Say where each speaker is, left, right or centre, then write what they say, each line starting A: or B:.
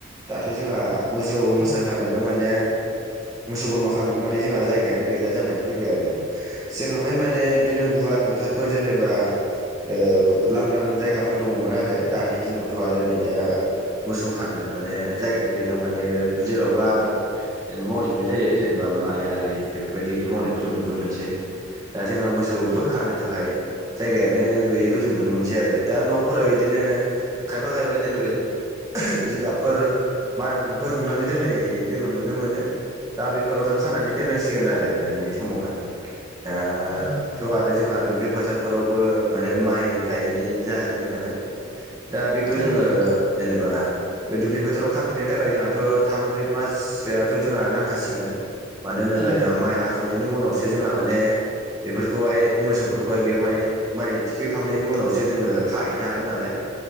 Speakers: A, on the right; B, on the right.
A: दाथ' जोंहा मोसौ मोसा
B: ओं
A: खानोनो माने मोसौ बोरमा खानोनो माने जोंहा जायगायानो गैला जानानै फैबाय आरो जों हाय माने बिदिनो गुवार फोथारफोर जेने बा ओ लांदां जायगाफोर दङ'मोन आरो दानि दिनावथ' आरो नै दा मोसौ खानो माने जायगायानो गैला माने जेरावबो आबाद जेनेबा मावजोबनाय जायो जेनेबा माय आरि बेफोरबायदि मावनायखौ जों नुनो मोनसै दा जोंहा मोसौफोर
B: ओं
A: खानो थाखाय जायगायानो गैयैखौ जों नुनो मोनसै आरो दा न'फोराव बिदिनो खायफा खायफा जेनेबा जिगाबफोर मा फोर हुननानै दोननाय
B: ओं
A: जोङो नुनो मोनो दा बेफोरावनो खानानै
B: ओं
A: दोननांसिगोन आरो दानि समावहाय दा
B: ओं
A: थ' आरो जोंहा दुब्लि फोथारफोरावबो माने माइ गायनाय जाजोबबाय नालाय दा बेखौ
B: ओं
A: जोङो जेनेबा बे दुब्लि फोथाराव खाफिननो थाखाय जोंहाथ' थाम ब्रै माससोआथ' जोंहा नांखासिगोन मानो होनोब्ला
B: ओं
A: जोंहा माइ हाखांनायनि उनावसो जोंहा माने बेफोरखौहाय मोसौफोरखौहाय बेवहाय माइ थिखोखांनायनि उनावसो जोङो खाहैनो हागोन नालाय।